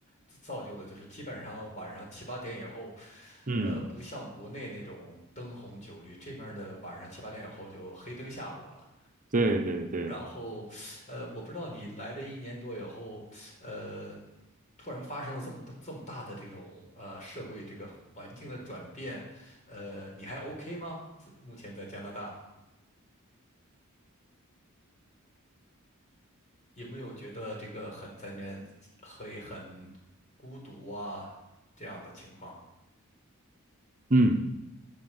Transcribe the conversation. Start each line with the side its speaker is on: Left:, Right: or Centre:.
Left: 自造就了，就是基本上晚上七八点以后，
Right: 嗯，
Left: 呃，不像国内那种灯红酒绿，这面儿的晚上七八点以后就黑灯瞎火了
Right: 对对对，
Left: 然后，呃，我不知道你来这一年多以后，呃，突然发生了这么大这么大的这种呃社会这个环境的转变，呃，你还 OK 吗？自目前在加拿大有没有觉得这个很在里面会很孤独啊这样的情况？
Right: 嗯。